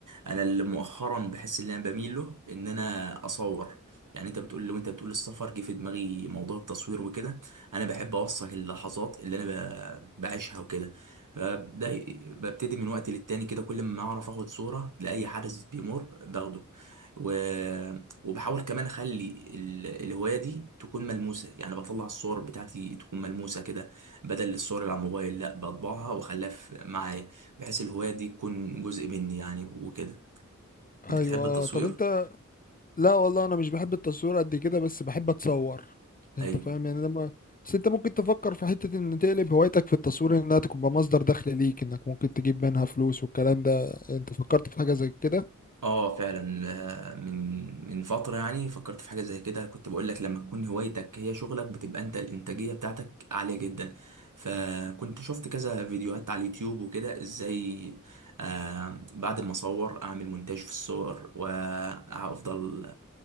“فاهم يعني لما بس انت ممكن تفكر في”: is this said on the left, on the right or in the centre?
Left